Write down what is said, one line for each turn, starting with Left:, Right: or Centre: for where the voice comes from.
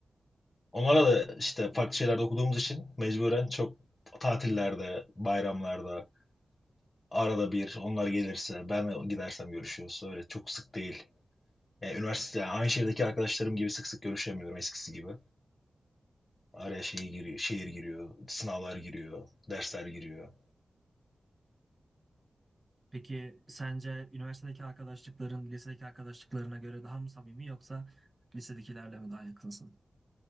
Left: Onlara da işte farklı şeylerde okuduğumuz için mecburen çok tatillerde, bayramlarda, arada bir onlar gelirse, ben gidersem görüşüyoruz. Öyle çok sık değil. Yani üniversite yani aynı şehirdeki arkadaşlarım gibi sık sık görüşemiyorum eskisi gibi. Araya şey giriyor, şehir giriyor, sınavlar giriyor, dersler giriyor.
Right: Peki sence üniversitedeki arkadaşlıkların lisedeki arkadaşlıklarına göre daha mı samimi yoksa lisedekilerle mi daha yakınsın?